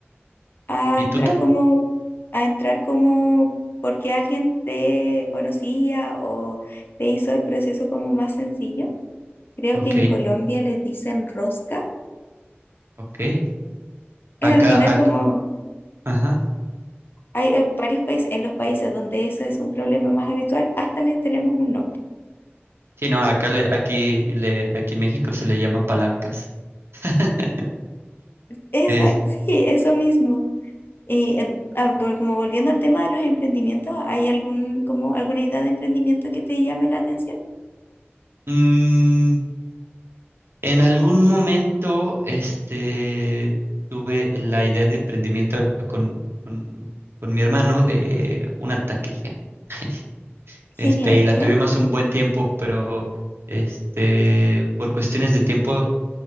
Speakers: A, on the left; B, on the right.
A: a
B: ¿Y
A: entrar
B: tú? Ta?
A: como a entrar como porque alguien te conocía o te hizo el proceso como más sencillo. Creo
B: Ok,
A: que en Colombia les dicen rosca.
B: ok.
A: Es
B: Acá,
A: al final
B: ac-
A: como
B: ajá.
A: Hay eh, varios países, en los países donde eso es un problema más habitual, hasta les tenemos un nombre.
B: Sí, no, acá le, aquí le, aquí en México se le llama palancas. <laughs>
A: Esa,
B: Es,
A: sí, eso mismo. Y eh, ah, vol- como volviendo al tema de los emprendimientos, ¿hay algún, como alguna idea de emprendimiento que te llame la atención?
B: mm, en algún momento, este, tuve la idea de emprendimiento con, con, con mi hermano de una taquería. <laughs>
A: Genial,
B: Este, y la
A: ¿ya?
B: tuvimos un buen tiempo, pero este, por cuestiones de tiempo